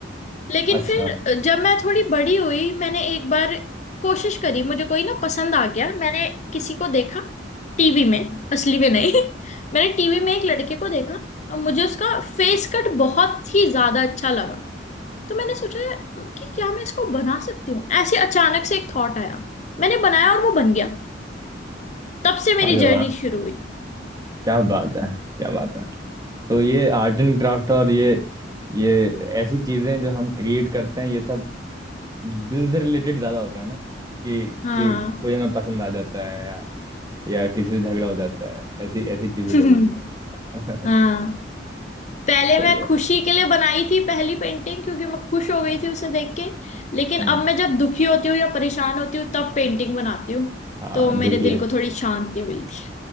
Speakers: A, on the left (about 40°); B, on the right (about 20°).
A: लेकिन
B: अच्छा
A: फिर जब मैं थोड़ी बड़ी हुई मैंने एक बार कोशिश करी मुझे कोई ना पसंद आ गया मैंने किसी को देखा टीवी में असली में नहीं <laughs> मैंने टीवी में एक लड़के को देखा और मुझे उसका फेस कट बहुत ही ज्यादा अच्छा लगा तो मैंने सोचा कि क्या मैं इसको बना सकती हूँ ऐसे अचानक से एक थॉट आया मैंने बनाया और वो बन गया तब से मेरी
B: अरे वाह
A: जर्नी शुरू हुई
B: क्या बात है क्या बात है तो ये आर्ट एंड क्राफ्ट और ये ये ऐसी चीजें जो हम क्रिएट करते हैं ये सब दिल से रिलेटेड ज्यादा होता है ना कि
A: हाँ
B: कि कोई हमें पसंद आ जाता है या या किसी से झगड़ा हो जाता है ऐसी ऐसी चीजें
A: <laughs>
B: जब होती है <laughs>
A: हाँ पहले
B: सही
A: मैं
B: है
A: खुशी के लिए बनाई थी पहली पेंटिंग क्योंकि मैं खुश हो गई थी उसे देख के लेकिन
B: हम्म
A: अब मैं जब दुखी होती हूँ या परेशान होती हूँ तब पेंटिंग बनाती हूँ
B: हाँ
A: तो मेरे
B: देखिए
A: दिल को थोड़ी शांति मिलती